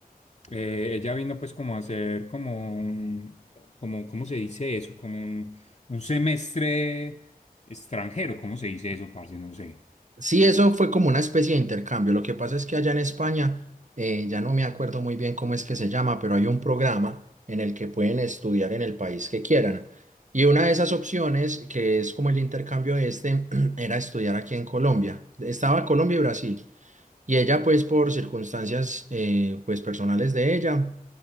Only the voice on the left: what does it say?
Eh, ella vino pues como a hacer como un, como, ¿cómo se dice eso? Como un, un semestre extranjero, ¿cómo se dice eso, parce? No sé.